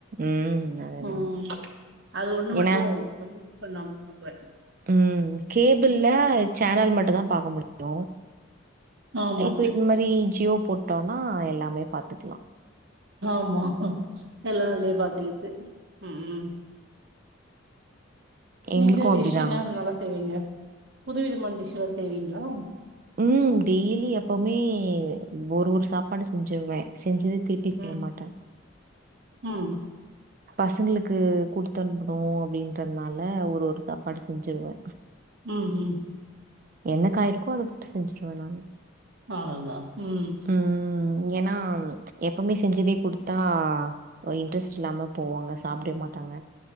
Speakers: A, on the right; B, on the right.
A: ம். அதுதான்.
B: ம் ம் அது ஒண்ணு
A: ஏன்னா,
B: மட்டு மிஸ் பண்ணாம பாக்குவே
A: ம் கேபிள்ல சேனல் மட்டு தா பாக்க முடியு
B: ஆமா,
A: இப்ப இந்த மாரி ஜியோ போட்டோன்னா எல்லாமே பாத்துக்கலா
B: ஆமா எல்லா அதுலயே பாத்துக்கிறது ம் ம்
A: எங்களுக்கும்
B: நீங்க
A: அப்படிதான்
B: டிஷ் என்ன நல்லா செய்வீங்க புதுவிதமான டிஷ் எல்லா செய்வீங்களா
A: ம் டெய்லி எப்பவுமே ஒரு வருஷ சாப்பாடு செஞ்சிருவே செஞ்சதே திருப்பி செய்ய
B: ம்,
A: மாட்டே
B: ம்
A: பசங்களுக்கு குடுத்தனுப்பனு அப்டின்றதுனால ஒரு ஒரு சாப்பாடு செஞ்சிடுவே
B: ம் ம்
A: என்ன காய் இருக்கோ அத போட்டு செஞ்சிருவே நானு
B: அவ்ளதா ம்
A: ம் ஏன்னா எப்பவுமே செஞ்சதே குடுத்தா ஒரு இன்ட்ரெஸ்ட் இல்லாம போவாங்க சாப்டவே மாட்டாங்க